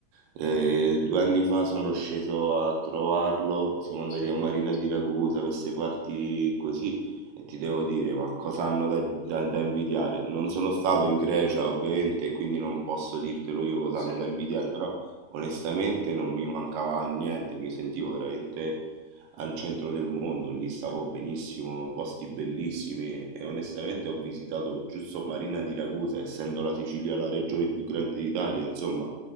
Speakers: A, on the right (about 85°); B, on the left (about 75°).
A: Eh,
B: Mm,
A: due anni fa sono sceso a trovarlo, siamo andati
B: Sì,
A: a Marina di Ragusa, queste parti così, e ti devo dire, ma cosa hanno da, da- da invidiare? Non sono stato in Grecia, ovviamente, e quindi non posso dirtelo io cosa
B: sì,
A: hanno da invidiare, però onestamente non mi mancava niente, mi sentivo veramente al centro del mondo, lì stavo benissimo, posti bellissimi e onestamente ho visitato giusto Marina di Ragusa, essendo la Sicilia la regione più grande d'Italia, insomma,